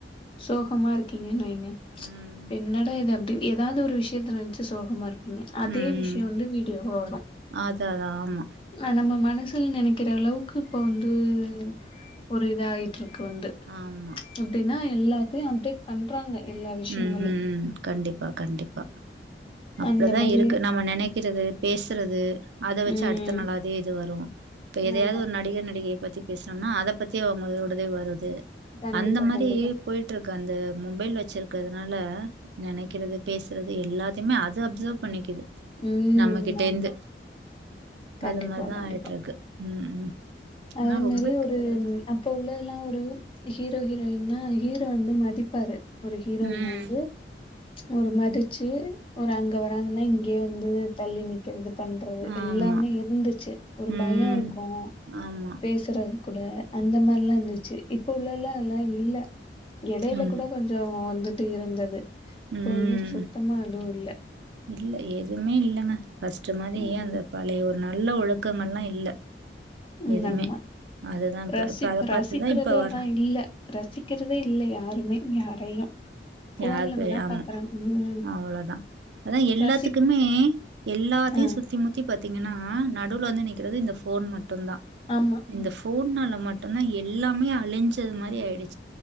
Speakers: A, on the left (about 30°); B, on the right (about 75°).
A: சோகமா இருக்கிங்கன்னு வைங்க
B: ம்
A: என்னடா இது அப்டின் எதாவது ஒரு விஷயத்த நெனச்சு சோகமா இருப்பிங்க அதே
B: ம்
A: விஷய வந்து வீடியோவா வரு
B: அதா அதா ஆமா
A: அது நம்ம மனசுல நெனைக்கிற அளவுக்கு இப்ப வந்து ம் ஒரு இதாயிட்டுருக்கு வந்து
B: ஆமா
A: எப்டின்னா எல்லாத்தையு அப்டேட் பண்றாங்க எல்லா விஷயங்களும்
B: ம், ம் கண்டிப்பா கண்டிப்பா அப்டிதா
A: அந்த மாரி
B: இருக்கு நாம நெனைக் க்கிறது பேசுறது அத வச்சு
A: ம்
B: அடுத்த நாளாவே இது வரு இப்ப எதையாவது
A: ஆமா
B: ஒரு நடிகர் நடிகையை பத் தி பேசுனோம்னா அத பத்தி அவுங்களோடதே வருது
A: கண்டிப்பா
B: அந்த மாரி
A: கண்டிப்பா
B: போயிட்டு இருக்கு அந்த மொபைல் வச்சிருக் கிறதுனால நனைக்கிறது பேசுறது எல்லாத்தையுமே அது அப்சர்வ் பண்ணிக்குது
A: ம்
B: நம்மகிட்டே
A: ஆமா
B: இருந்து
A: கண்டிப்பா
B: அது மாரிதா
A: கண்டிப்பா
B: ஆயிட்டு இருக்கு, ம், ம்
A: அதே
B: ஆனா ரொம்ப
A: மேரி ஒரு
B: கெடுதல் தான்
A: அப்ப உள்ளதுலா ஒரு ஹீரோ ஹீரோயின்னா ஹீரோ வந்து மதிப்பாரு, ஒரு ஹீரோயின
B: ம்
A: வந்து ஒரு மதி ச்சு ஒரு அங்க வராங்கன்னா இங்கயே வந்து தள்ளி நிக்கிறது பண்றது
B: ஆமா
A: எல்லாமே இருந்துச்சு ஒரு
B: ம்
A: பயோ இருக்கு
B: ஆமா
A: பேசுறது கூட அந்த மாரிலா இருந்துச்சி இப்ப உள்ளதுலலா அதல்லா இல்ல எடையில
B: ஆமா
A: கூட கொஞ்சோ வந்துட்டு இருந்தது இப்போ
B: ம்
A: வந்துட்டு சுத்தமா அதுவு இல்ல
B: இல்ல எதுவுமே இல்லங்க, ஃபஸ்டு மாரி
A: ம்
B: அந்த பழைய ஒரு நல்ல ஒழுக்கங்கள்லா இல்ல
A: ம்,
B: எதுமே.
A: ஆமா
B: அதுதான் இப்ப
A: ரசி
B: இப்ப அத
A: ரசிக்கிறதே
B: பாத்து தான் இப்ப வர
A: அதா இல்ல ரசிக்கிறதே இல்ல யாருமே யாரையு ஃபோன்ல
B: யாரு போய்
A: வேணா
B: ஆமா,
A: பாக்குறாங்க ம்
B: அவ்வளதா அதா எல்லாத்துக்குமே
A: ரசி
B: எல்லாத்தையு
A: ஆ
B: சுத்தி முத்தி பாத்தீங்கனா நடுவுல வந்து நிக்கிறது இந்த ஃபோன் மட் டுந்தா
A: ஆமா
B: இந்த ஃபோன்னால மட்டும்தா எல்லாமே அழிஞ்சது மாரியாயிடுச்